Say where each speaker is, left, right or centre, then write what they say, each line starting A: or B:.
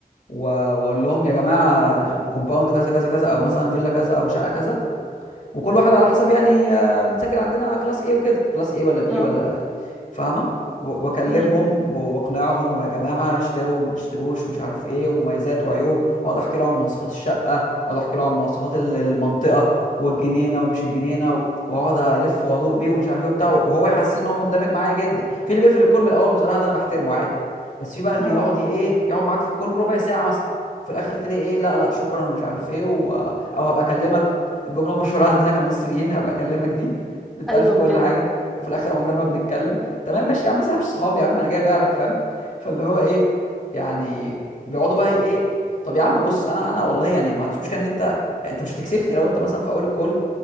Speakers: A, on the left (about 55°); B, in the centre.
A: و- واقول لهم يا جماعه كومباوند كذا كذا كذا او مثلا فيلا كذا او شقه كذا وكل واحد على حسب يعني آه، متسجل عندنا كلاس ايه وكده كلاس ايه ولا بي
B: اه
A: ولا فاهمه و- واكلمهم
B: مم.
A: وبقنعهم ويا جماعه اشتروا وما تشتروش ومش عارف ايه ومميزات وعيوب واقعد احكي له عن مواصفات الشقه واقعد احكي له عن مواصفات ال- المنطقه والجنينه ومش الجنينه و- واقعد الف وادور بيه ومش عارف ايه وبتاع وهو يحس ان هو مندمج معايا جدا في اللي بيقفل الكول من الاول بصراحه ده انا بحترمه عادي بس في بقى اللي
B: اه
A: يقعد ي- ايه يقعد معاك في الكول ربع ساعه مثلا وفي الاخر تلاقي ايه لا لا شكرا ومش عارف ايه و... او هبقى اكلمك الجمله المشهوره عندنا كمصريين هبقى اكلمك دي بتألف
B: ايوه
A: كل
B: بجد
A: حاجه وفي الاخر عمرنا ما بنتكلم تمام ماشي يا عم بس احنا مش صحاب يا عم انا جاي لك فاهم فاللي هو ايه يعني بيقعدوا بقى ايه طب يا عم بص انا انا والله يعني ما عنديش مشكله ان انت انت مش هتكسفني لو انت مثلا في اول الكول